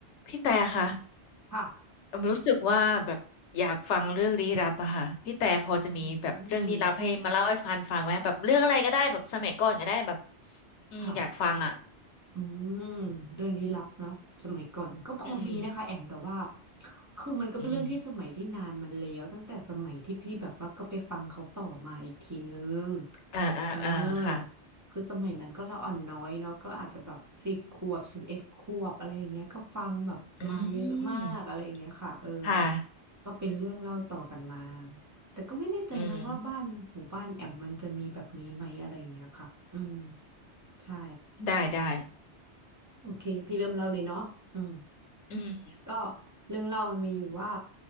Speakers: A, on the left (about 85°); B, on the right (about 20°).
A: พี่แต่ค่ะ
B: ค่ะ
A: อมรู้สึกว่าแบบอยากฟังเรื่องลี้ลับอะค่ะพี่แต่พอจะมีแบบเรื่องลี้ลับให้มาเล่าให้ฟันฟังไหมแบบเรื่องอะไรก็ได้แบบสมัยก่อนก็ได้แบบ
B: อืม
A: อืมอยากฟังอะ
B: ค่ะ อืมเรื่องลี้ลับเนาะสมัยก่อนก็พอมีนะคะแอมแต่ว่า
A: อืม
B: คือมันก็เป็นเรื่องที่สมัยที่นานมันแล้วตั้งแต่สมัยที่พี่แบบว่าก็ไปฟังเขาต่อมาอีกทีนึง
A: อืมอ่าอ่าอ่าค่ะ
B: เออคือสมัยนั้นก็ละอ่อนน้อยเนาะก็อาจจะแบบสิบขวบสิบเอ็ดขวบอะไรอย่างเงี้ยก็ฟังแบบมาเยอะมากอะไรอย่างเงี้ยค่ะเออ
A: อืมค่ะ
B: ก็เป็นเรื่องเล่าต่อกันมาแต่ก็ไม่แน่ใจนะว่าบ้านหมู่บ้านแอมมันจะมีแบบนี้ไหมอะไรอย่างเงี้ยค่ะอืม
A: อืม
B: ใช่
A: ได้ได้
B: โอเคพี่เริ่มเล่าเลยเนาะอืม
A: อืม
B: ก็เรื่องเล่ามันมีอยู่ว่า